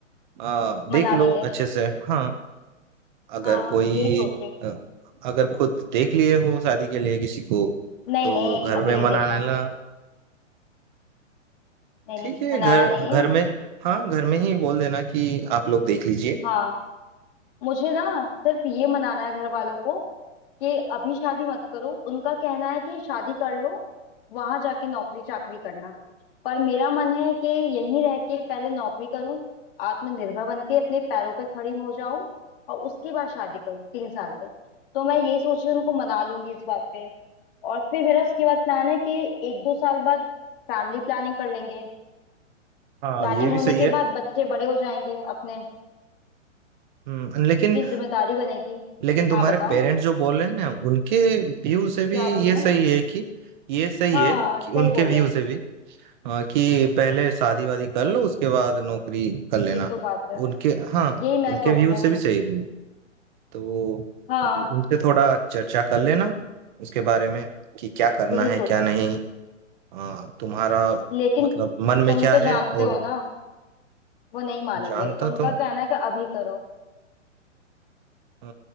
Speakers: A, on the right (about 40°); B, on the left (about 45°).
A: आ, देख
B: मना
A: लो
B: लेंगे
A: अच्छे से हाँ अगर
B: हाँ
A: कोई
B: यही सोच रही हूँ
A: अ, अगर खुद देख लिए हो शादी के लिए किसी को
B: नहीं
A: तो
B: नहीं
A: घर
B: अभी
A: में
B: नहीं
A: मनाने
B: देखा
A: ला
B: नहीं नहीं
A: ठीक है
B: मनाया
A: घर
B: नहीं
A: घर
B: है
A: में हाँ घर में ही बोल देना कि आप लोग देख लीजिए
B: हाँ मुझे ना सिर्फ ये मनाना है घर वालों को कि अभी शादी मत करो उनका कहना है कि शादी कर लो वहां जाके नौकरी चाकरी करना पर मेरा मन है कि यहीं रह के पहले नौकरी करूं आत्मनिर्भर बन के अपने पैरों पे खड़ी हो जाऊं और उसके बाद शादी करूं तीन साल पे तो मैं यही सोच रही हूँ उनको मना लूंगी इस बात पे और फिर मेरा उसके बाद प्लान है कि एक दो साल बाद फैमिली प्लानिंग कर लेंगे
A: हाँ
B: प्लानिंग
A: ये भी
B: होने
A: सही
B: के
A: है
B: बाद बच्चे बड़े हो जाएंगे अपने
A: हम्म, लेकिन
B: क्योंकि जिम्मेदारी बनेगी
A: लेकिन तुम्हारे
B: हाँ बताओ
A: पेरेंट्स जो बोल रहे हैं ना उनके व्यू से भी
B: क्या बोल
A: ये
B: रहे हैं
A: सही है कि ये सही
B: हाँ
A: है कि
B: सही
A: उनके
B: बोल
A: व्यू
B: रहे हैं
A: से भी आ, कि पहले शादी वादी कर लो उसके बाद नौकरी कर लेना
B: ये तो बात है
A: उनके हाँ
B: यही मैं
A: उनके
B: सोच
A: व्यू
B: रही
A: से
B: हूँ
A: भी सही है तो
B: हाँ
A: आ, उनसे थोड़ा चर्चा कर लेना उसके बारे में कि क्या करना
B: यही
A: है
B: सोच
A: क्या नहीं
B: रही
A: आ, तुम्हारा
B: हूँ लेकिन
A: मतलब मन में
B: तुम
A: क्या
B: तो
A: है
B: जानते
A: और
B: हो ना वो नहीं मानेंगे
A: जानता
B: उनका
A: तो
B: कहना है कि अभी करो
A: अ,